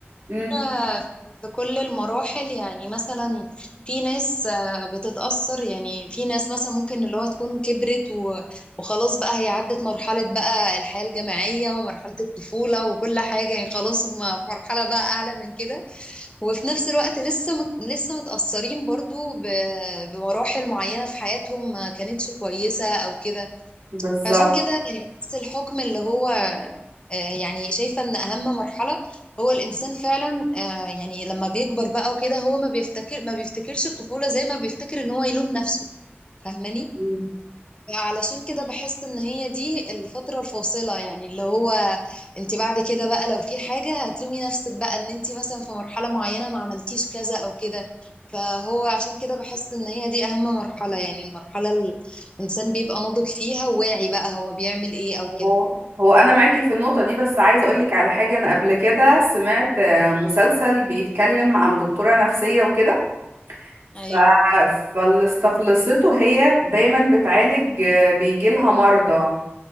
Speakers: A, on the right; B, on the left.
A: مم،
B: إحنا في كل المراحل يعني مثلا في ناس آه، بتتأثر يعني في ناس مثلا ممكن اللي هو تكون كبرت و- وخلاص بقى هي عدت مرحلة بقى الحياة الجامعية ومرحلة الطفولة وكل حاجة يعني خلاص هم في مرحلة بقى أعلى من كده وفي نفس الوقت لسه مت لسه متأثرين برضو ب- بمراحل معينة في حياتهم ما كانتش كويسة أو كده
A: بالظبط
B: فعشان كده يعني بحس الحكم اللي هو آه، يعني شايفة إن أهم مرحلة هو الإنسان فعلا آه، يعني لما بيكبر بقى وكده هو ما بيفتكر ما بيفتكرش الطفولة زي ما بيفتكر إن هو يلوم نفسه فاهماني
A: مم.
B: علشان كده بحس ان هي دي الفترة الفاصلة يعني اللي هو انت بعد كده بقى لو في حاجة هتلومي نفسك بقى ان انت مثلا في مرحلة معينة ما عملتيش كذا او كده فهو عشان كده بحس ان هي دي اهم مرحلة يعني المرحلة ال- الانسان بيبقى ناضج فيها وواعي بقى هو بيعمل ايه او كده
A: هو هو انا معاكي في النقطه دي بس عايزه اقول لك على حاجه انا قبل كده سمعت آه، مسلسل بيتكلم عن دكتوره نفسيه وكده
B: ايوه
A: ف... فاللي استخلصته هي دايما بتعالج بيجي لها مرضى